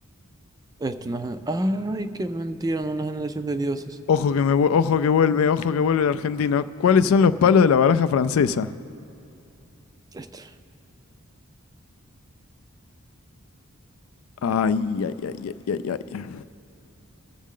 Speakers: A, on the right; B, on the left.
A: esto. Una... gen- Ay, qué mentira, no una generación de diosas.
B: Ojo que, me, ojo que vuelve, ojo que vuelve el argentino. ¿Cuáles son los palos de la baraja francesa?
A: Esto.
B: Ay, ay, ay, ay, ay, ay.